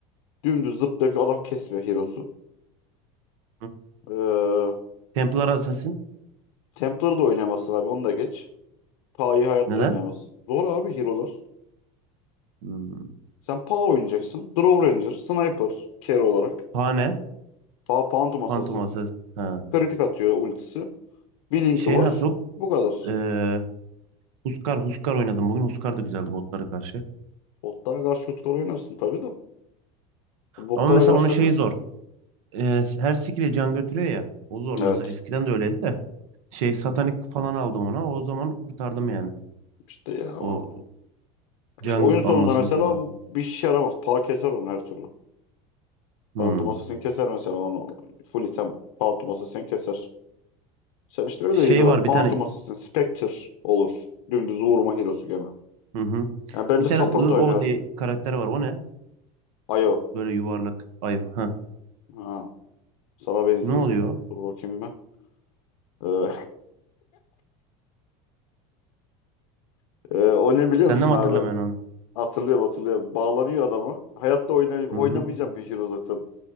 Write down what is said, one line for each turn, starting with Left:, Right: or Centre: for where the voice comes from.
Left: Dümdüz zıplayıp adam kesmiyor Hero'su.
Right: Hı?
Left: Ee,
Right: Templar Assassin.
Left: Templar'ı da oynayamazsın abi onu da geç. Pa'yı hayatta
Right: Neden?
Left: oynayamazsın. Zor abi Hero'lar.
Right: Hmm.
Left: Sen Pa oynayacaksın. Draw Ranger, Sniper, Kero olarak.
Right: Pane.
Left: Pa Phantom Assassin.
Right: Phantom Assassin. Ha.
Left: Kritik atıyor ultisi. Bir linki
Right: Şey
Left: var.
Right: nasıl?
Left: Bu kadar.
Right: Ee, Huskar Huskar oynadım bugün. Huskar da güzeldi botlara karşı.
Left: Botlara karşı Uskar oynarsın tabii de. Botlara
Right: Ama mesela
Left: karşı
Right: onun şeyi
Left: oynarsın.
Right: zor. Ee, her skill'e can götürüyor ya. O zor mesela.
Left: Evet.
Right: Eskiden de öyleydi de. Şey satanik falan aldım ona. O zaman kurtardım yani.
Left: İşte ya ama
Right: O can
Left: işte oyun sonunda
Right: almasını
Left: mesela
Right: falan.
Left: bu bir şey yaramaz. Pa keser onu her türlü.
Right: Hmm.
Left: Pantoması sen keser mesela onu. Full item Pantoması sen keser. Sen işte öyle
Right: Şey
Left: hero'lar.
Right: var
Left: Pantoması
Right: bir tane.
Left: sen Spectre olur. Dümdüz vurma hero'su gene.
Right: Hı hı.
Left: Yani bence
Right: Bir tane
Left: support
Right: I O
Left: oynar.
Right: diye karakter var. O ne?
Left: Ayo.
Right: Böyle yuvarlak. Ayo. Ha.
Left: Ha, sana benziyor.
Right: Ne oluyor?
Left: Dur bakayım bir. Ee, <laughs> e, o ne biliyor
Right: Sen
Left: musun
Right: de mi
Left: abi?
Right: hatırlamıyorsun onu?
Left: Hatırlıyorum hatırlıyorum. Bağlanıyor adamı. Hayatta oynay oynamayacağım
Right: Hı hı.
Left: bir hero zaten.